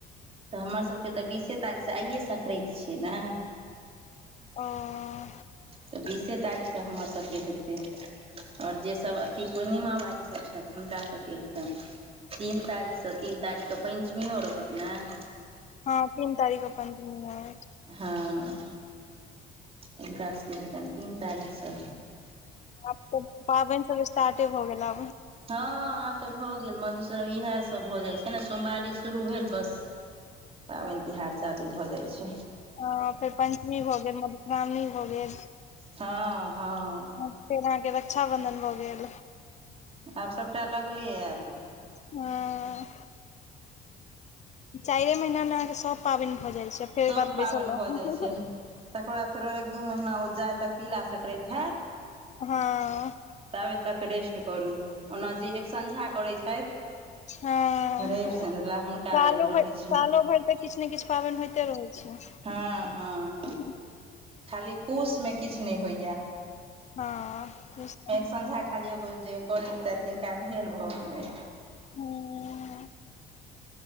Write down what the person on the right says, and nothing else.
तऽ हमरसभके तऽ बीसे तारीखसँ आइए सक्रैत छियै, ने?
तऽ बीसे तारीखसँ हमरसभके हेतै। आओर जे सभ अथी पूर्णिमावाली सभ छथि, हुनका सभके हेतनि। तीन तारीखसँ तीन तारीखके पञ्चमियो रहत, नहि?
हाॅं। हुनका सभके हेतनि तीन तारीखसँ।
हँ, आब तऽ भऽ गेल मधुश्रावणी। इएह सभ भऽ जाइ छै ने, सोमवारी शुरू भेल बस। पाबनि तिहार चालू भऽ जाय छै।
हाॅं हाॅं।
आब सबटा लगले आइत।
सभ
पाबनि
भऽ जाइत छै, तकर बाद फेर एक-दू महिना ओ जाइत-जाइत तिला संक्रान्ति होयत।
ताबे तक रेस्ट करू, ओना जे एक साँझ करै छथि।
रवि
शनि ला हुनका लेल रहै
छनि
हाॅं हाॅं।
खाली पूसमे किछु नहि होइए।
संझा खाली एगो जे करैत तिनका कहियोंन भऽ गेलैन